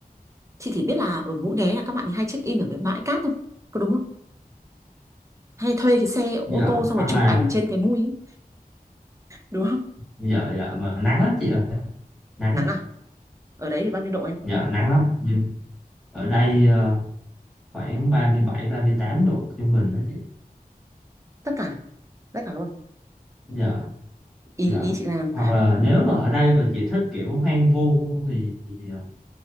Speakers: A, on the right; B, in the centre.
A: chị chỉ biết là ở Mũi Né là các bạn ấy hay check in ở cái bãi cát thôi có đúng không hay thuê cái xe ô
B: dạ
A: tô xong
B: hoặc
A: rồi chụp
B: là
A: ảnh trên cái mui ấy, đúng không
B: dạ dạ mà nắng lắm chị ơi nắng
A: nắng à ở đấy thì bao nhiêu độ em
B: dạ nắng lắm Nhưng ở đây ờ, khoảng 37 38 độ trung bình đó chị
A: tất cả tất cả luôn
B: dạ
A: ý
B: dạ
A: ý chị là
B: hoặc là
A: ờ,
B: nếu mà ở đây mà chị thích kiểu hoang vu thì thì, ờ,